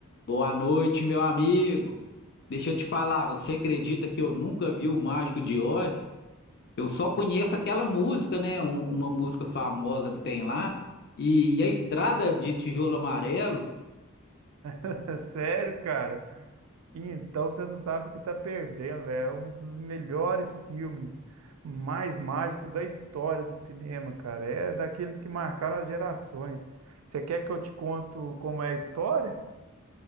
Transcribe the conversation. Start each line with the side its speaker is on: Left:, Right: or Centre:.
Left: Boa noite, meu amigo. Deixa eu te falar, você acredita que eu nunca vi o Mágico de Oz? Eu só conheço aquela música, né? um- uma música famosa que tem lá. E, e a Estrada de Tijolo Amarelos.
Right: <laughs> É Sério, cara? Então você não sabe o que tá perdendo, velho. É um dos melhores filmes mais mágicos da história do cinema, cara. É daqueles que marcaram as gerações. Você quer que eu te conto como é a história?